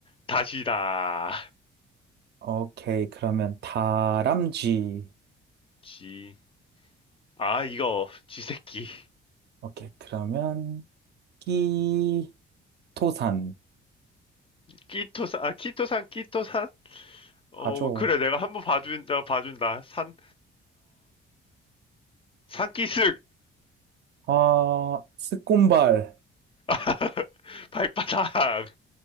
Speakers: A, on the left (about 25°); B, on the right (about 55°).
A: 다시다
B: 오케이. 그러면 다람쥐.
A: 지아 이거 지새끼
B: 오케이. 그러면 끼, 토산.
A: 끼토산 아 키토산 끼토산 어
B: 가죠
A: 그래 내가 한번 봐준다 봐준다 산어 산기슭
B: 아, 스콘발.
A: <laughs> 발바닥